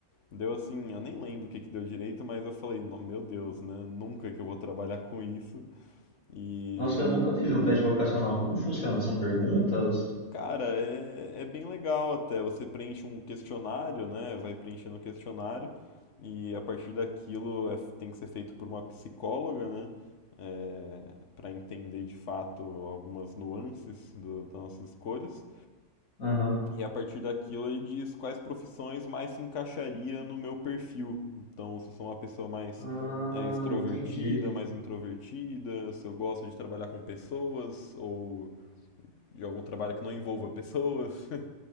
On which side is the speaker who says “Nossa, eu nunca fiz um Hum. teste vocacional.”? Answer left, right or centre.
Left